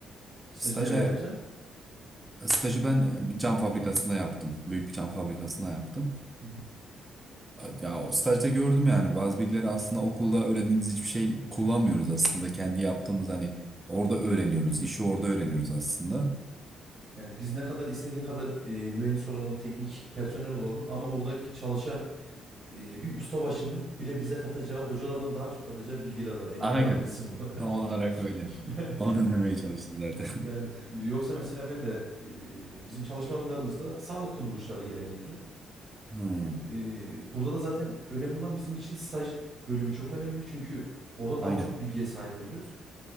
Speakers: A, on the right; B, on the right.
A: Stajı
B: Staja,
A: nerede yaptın?
B: stajı ben e, bir cam fabrikasında yaptım. Büyük bir cam fabrikasında yaptım.
A: Hı hı.
B: Evet, Ya o stajda gördüm yani bazı bilgileri aslında okulda öğrendiğimiz hiçbir şey kullanmıyoruz aslında. Kendi yaptığımız hani orada öğreniyoruz. işi orada öğreniyoruz aslında.
A: Yani biz ne kadar istediğin kadar e, mühendis olalım, teknik personel olalım ama oradaki çalışan e, bir ustabaşının bile bize katacağı, hocalardan daha çok katacağı bilgiler var. Emin
B: Aynen.
A: olabilirsin buna.
B: Tam olarak öyle.
A: <laughs>
B: Onu demeye çalıştım zaten.
A: Yani
B: <laughs>
A: yoksa mesela ben de e, bizim çalışma alanlarımızda sağlık kuruluşları genellikle.
B: Hmm,
A: E, burada da zaten önemli olan bizim için staj bölümü çok önemli. Çünkü orada
B: aynen.
A: daha çok bilgiye sahip oluyoruz.